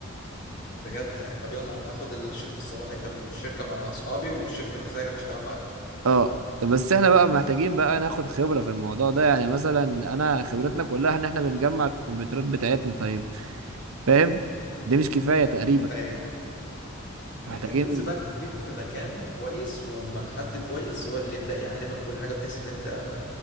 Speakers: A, on the left; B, on the right.
A: بجد يعني طب يلا هاخد الشيفت الصباحي في الشركه مع اصحابي والشيفت المسائي هشتغل معاك
B: اه طب بس احنا بقى محتاجين بقى ناخد خبرة في الموضوع ده يعني مثلا انا خبرتنا كلها ان احنا بنجمع الكمبيوترات بتاعتنا طيب فاهم دي مش كفاية تقريبا
A: ايوه محتاج
B: محتاجين
A: تنزل بقى التدريب في مكان كويس ومع حد كويس هو اللي يبدأ يعلمك كل حاجة بحيث ان انت